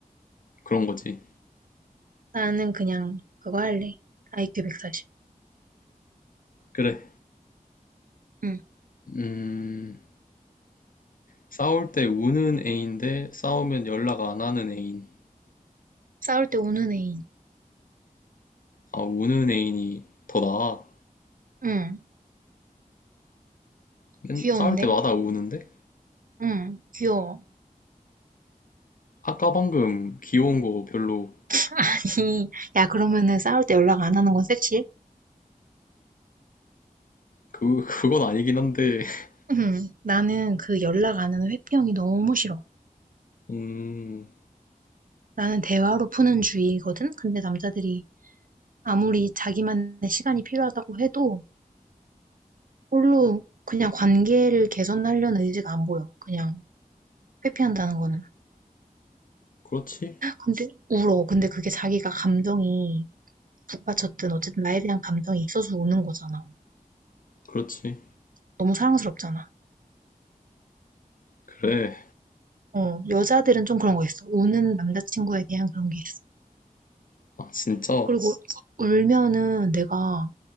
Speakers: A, on the left; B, on the right.
A: 그런 거지.
B: 나는 그냥 그거 할래. IQ 140.
A: 그래.
B: 응.
A: 음, 싸울 때 우는 애인데 싸우면 연락 안 하는 애인.
B: 싸울 때 우는 애인.
A: 아, 우는 애인이 더 나아.
B: 응.
A: 맨-
B: 귀여운데?
A: 싸울 때마다 우는데?
B: 응, 귀여워.
A: 아까 방금 귀여운 거 별로
B: <laughs> 아니, 야, 그러면은 싸울 때 연락 안 하는 건 섹시해?
A: 그 그건 아니긴 한데. <laughs>
B: 응. 나는 그 연락 안 하는 회피형이 너무 싫어.
A: 음,
B: 나는 대화로 푸는 주의거든? 근데 남자들이 아무리 자기만의 시간이 필요하다고 해도 별로 그냥 관계를 개선하려는 의지가 안 보여. 그냥 회피한다는 거는.
A: 그렇지.
B: 근데 울어. 근데 그게 자기가 감정이 북받쳤든 어쨌든 나에 대한 감정이 있어서 우는 거잖아.
A: 그렇지.
B: 너무 사랑스럽잖아.
A: 그래.
B: 어, 여자들은 좀 그런 거 있어. 우는 남자친구에 대한 그런 게 있어.
A: 아, 진짜.
B: 그리고 울면은 내가